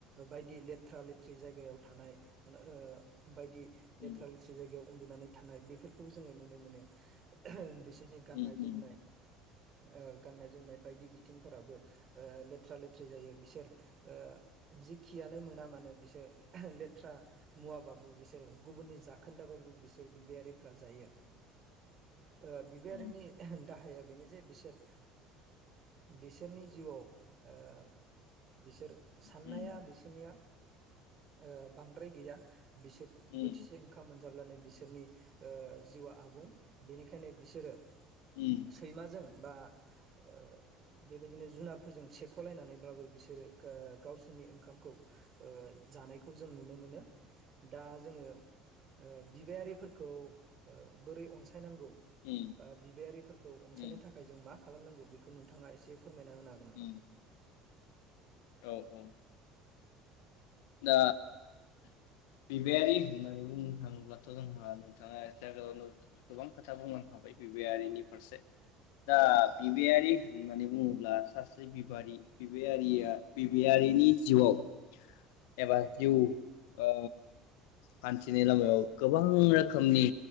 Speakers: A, on the right; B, on the left.
A: बायदि लेथ्रा लेथ्रि जायगायाव थानाय ओ बायदि
B: उम
A: लेथ्रा लेथ्रि जायगायाव उन्दुनानै थानाय बेफोरखौबो जोङो नुनो मोनो ओहो बिस सोरनि गाननाय
B: उम उम
A: जोमनाय ओ गाननाय जोमनाय बायदि <unintelligible> बिथिंफोराबो ओ लेथ्रा लेथ्रि जायो बिसोर ओ जखियानो मोना मानो बिसोर लेथ्रा मुवाबाबो बिसोर गुबुननि जा खोन्दाबाबो बिसोर बिबायारि फोरा जायो ओ बिबायारिनि
B: उम उम
A: दाहाया बेनो जे बिसोर ओ बिसोरनि जिउआव ओ बिसोर साननाया
B: उम उम
A: बिसोरनिया ओ बां बांद्राय गैया बिसोर
B: उम
A: बोथिसे ओंखाम मोनजाब्लानो बिसोरनि ओ जिउआ आबुं बेनिखायनो बिसोरो
B: उम
A: सैमाजों बा ओ बे बिदिनो जुनारफोरजों सेख'लायनानैब्लाबो बिसोरो गावसोरनि ओंखामखौ जानायखौ खौ जों नुनो मोनो। दा जोङो ओ बिबायारिफोर खौ ओ बोरै अनसायनांगौ।
B: उम
A: बा बिबायारिफोरखौ अनसायनो
B: उम
A: थाखाय जों मा खालामनांगौ बेखौ नोंथाङा एसे फोरमायना होनो हागोन नामा।
B: उम औ औ दा बिबायायारि होननानै बुंनो थाङोबथ' जोंहा नोंथाङााव गोबां खोथा बुंलां खाबाय बिबायारिनि फारसे दा बिबारि
A: औ
B: होननानै बुं ब्ला सासे बिबारि बिबारिया बिबयारिनि जिउआव एबा
A: औ
B: जिउ ओ हान्थिनि लामायाव गोबां रोखोमनि